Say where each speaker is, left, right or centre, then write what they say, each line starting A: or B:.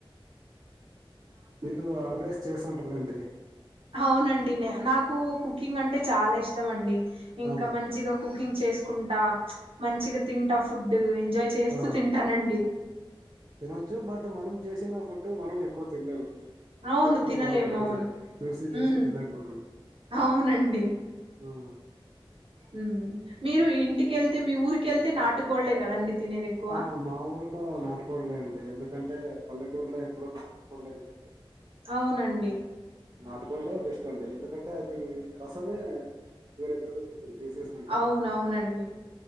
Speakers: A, on the right; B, on the right.
A: మీరు ఆల్వేజ్ చేస్తుంటారులేంటి
B: అవునండి న నాకు కుకింగ్ అంటే చాలా ఇష్టం ఇష్టంమండి ఇంకా
A: ఆ
B: మంచిగా కుకింగ్ చేసుకు కుంట మంచిగా తింటా ఫుడ్ ఎంజాయ్ చేస్తూ
A: ఆ
B: తింటానండి
A: తినొచ్చు బట్ మనం చేసిన ఫుడ్ మనం ఎక్కువ తినలేము అంతే
B: అవును
A: వేరే వాళ్ళకి
B: తినలేము
A: బాగా ఎక్కువ
B: అవును
A: తింటాం చూసి చూసి
B: ఉ
A: తినలేకపోతున్నాం
B: అవునండి
A: ఆ
B: ఉహు మీరు ఇంటికెళ్తే మీ ఊరికెళ్తే నాటుకోడలే కదండి తినేది ఎక్కువ
A: ఆ మా ఊర్లో నాటుకోడులే అండి ఎందు ఎందుకంటే పల్లెటూరులో ఎప్పుడడు నాటు కోడ్లే తినేధి
B: అవునండి
A: నాటుకోడ్లే బెస్ట్ అండి ఎందుకంటే అది రసమే వేరే లెవెల్ ఉంటుంది పీసెస్ కంటే
B: అవునవునండి